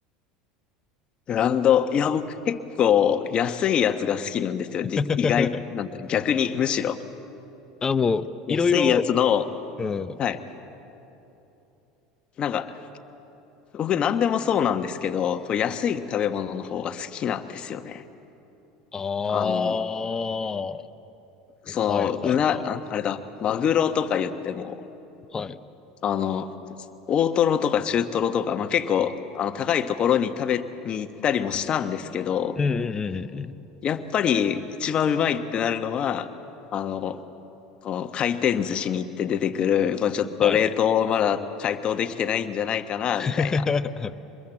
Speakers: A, on the left (about 40°); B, on the left (about 25°).
A: ブランド。いや、僕結構安いやつが好きなんですよ。
B: <laughs>
A: 実意外、なんていうの、逆に、むしろ。
B: あ、もう、
A: 安いやつの、
B: いろいろ、うん。
A: はい。なんか、僕何でもそうなんですけど、こう安い食べ物の方が好きなんですよね。
B: ああ、
A: あの、
B: は
A: その、
B: いはいはい。
A: うな、あ、あれだ、マグロとか言っても、
B: はい。
A: あの、大トロとか中トロとか、まあ、結構、あの、高いところに食べに行ったりもしたんですけど、
B: うんうんうんうんうん。
A: やっぱり一番うまいってなるのは、あの、この回転寿司に行って出てくる、こうちょっと冷凍まだ解凍できてないんじゃないかな、
B: はい。<laughs>
A: みたいな。